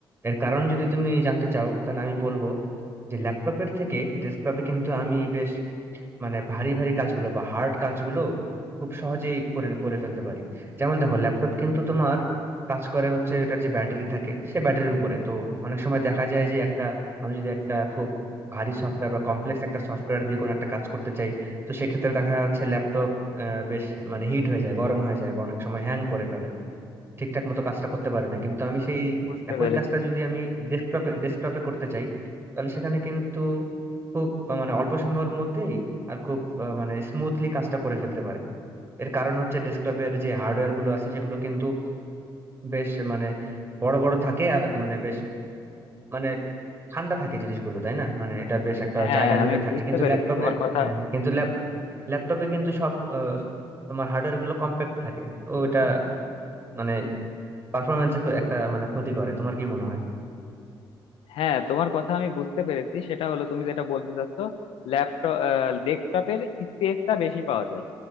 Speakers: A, on the right; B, on the left.
A: এর কারণ যদি তুমি জানতে চাও তাহলে আমি বলবো যে ল্যাপটপের থেকে ডেস্কটপে কিন্তু আমি মানে ভারী ভারী কাজগুলো বা হার্ড কাজগুলো খুব সহজেই করে করে ফেলতে পারি যেমন দেখো ল্যাপটপ কিন্তু তোমার কাজ করে হচ্ছে এটার যে ব্যাটারি থাকে সে ব্যাটারির উপরে তো অনেক সময় দেখা যায় যে একটা আমি যদি একটা খুব ভারী সফটওয়্যার বা কমপ্লেক্স একটা সফটওয়্যার দিয়ে কোনো একটা কাজ করতে চাই তো সেক্ষেত্রে দেখা যাচ্ছে ল্যাপটপ বেশ মানে হিট হয়ে যায় গরম হয়ে যায় বা অনেক সময় হ্যাং করে ফেলে ঠিকঠাক মতো কাজটা করতে পারে না কিন্তু আমি সেই
B: বুঝতে
A: একই
B: পেরেছি
A: কাজটা যদি আমি ডেস্কটপে ডেস্কটপে করতে চাই তাহলে সেখানে কিন্তু খুব আহ, মানে অল্প সময়ের মধ্যেই আর খুব আহ, মানে স্মুথলি কাজটা করে ফেলতে পারে এর কারণ হচ্ছে ডেস্কটপের যে হার্ডওয়্যার গুলো আছে সেগুলো কিন্তু বেশ মানে বড় বড় থাকে আর মানে বেশ মানে ঠান্ডা থাকে জিনিসগুলো তাই না মানে এটা বেশ একটা
B: হ্যাঁ
A: জায়গা জুড়ে
B: আমি
A: থাকে
B: বুঝতে
A: কিন্তু
B: পেরেছি
A: ল্যাপটপে
B: তোমার কথা
A: হ্যাঁ কিন্তু ল্যাপ ল্যাপটপে কিন্তু সব আহ, তোমার হার্ডওয়্যার গুলো কম্প্যাক্ট থাকে তো এটা মানে পারফরমেন্সে একটা মানে ক্ষতি করে তোমার কি মনে হয়
B: হ্যাঁ তোমার কথা আমি বুঝতে পেরেছি সেটা হলো তুমি যেটা বলতে চাচ্ছ ল্যাপটপ ডেস্কটপের স্পেসটা বেশি পাওয়া যায়